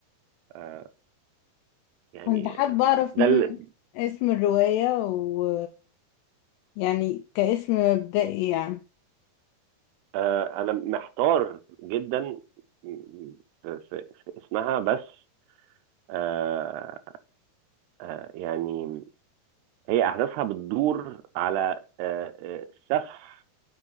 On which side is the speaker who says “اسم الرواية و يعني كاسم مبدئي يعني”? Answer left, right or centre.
Left